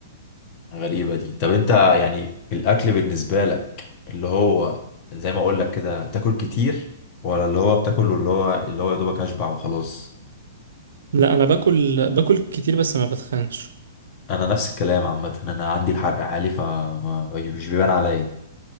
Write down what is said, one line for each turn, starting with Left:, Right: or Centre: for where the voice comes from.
Left: غريبة دي طب انت يعني الاكل بالنسبة لك اللي هو زي ما اقول لك كده تاكل كتير ولا اللي هو بتاكله اللي هو اللي هو يا دوبك اشبع وخلاص
Right: لا انا باكل باكل كتير بس ما بتخنش
Left: انا نفس الكلام عامة انا عندي الحرق عالي فمش بيبان عليا